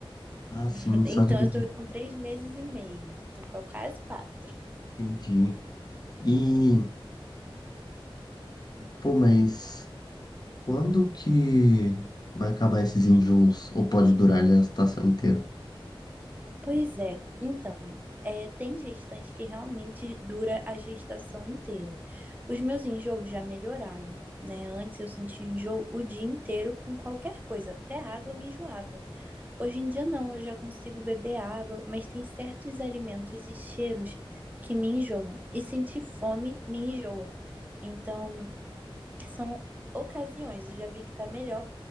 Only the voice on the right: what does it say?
<laughs> Então,
eu tô com três meses e meio. Tô com quase quatro.
Pois é. Então, é, tem gestante que realmente dura a gestação inteira. Os meus enjoos já melhoraram. Né? Antes eu sentia enjoo o dia inteiro com qualquer coisa, até água eu me enjoava. Hoje em dia não, eu já consigo beber água, mas tem certos alimentos e cheiros que me enjoam. E sentir fome me enjoa. Então, são ocasiões, eu já vi que tá melhor,